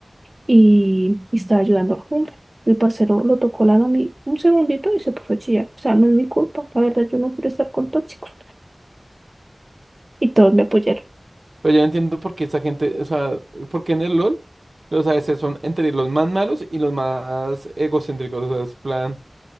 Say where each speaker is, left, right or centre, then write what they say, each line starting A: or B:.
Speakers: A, on the right; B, on the right.
A: y, y estaba ayudando al jungla. El parcero lo tocó la mí un segundito y se puso a chillar. O sea, no es mi culpa. La verdad, yo no quiero estar con tóxicos. Y todos me apoyaron.
B: Pero yo no entiendo por qué esa gente, o sea, por qué en el LOL los ADC son entre los más malos y los más egocéntricos. O sea, es plan,